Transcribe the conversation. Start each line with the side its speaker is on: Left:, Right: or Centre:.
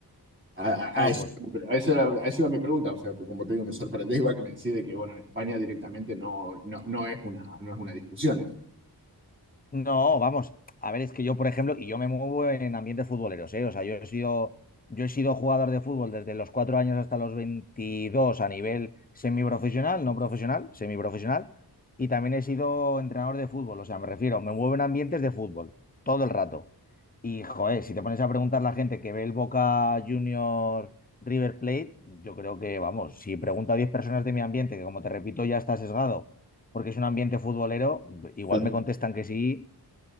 Right: A, a-
Left: Ah,
Right: a eso,
Left: pues
Right: a eso era, a eso era mi pregunta, o sea, porque como te digo, me sorprendés igual que me decís de que, bueno, en España directamente no, no, no es una, no es una discusión eso.
Left: No, vamos, a ver, es que yo, por ejemplo, y yo me muevo en ambientes futboleros, ¿eh? O sea, yo he sido, yo he sido jugador de fútbol desde los cuatro años hasta los 22 a nivel semiprofesional, no profesional, semiprofesional, y también he sido entrenador de fútbol, o sea, me refiero, me muevo en ambientes de fútbol todo el rato. Y, joder, si te pones a preguntar a la gente que ve el Boca Junior River Plate, yo creo que, vamos, si pregunto a 10 personas de mi ambiente, que como te repito ya está sesgado, porque es un ambiente futbolero, igual
Right: Claro,
Left: me contestan que sí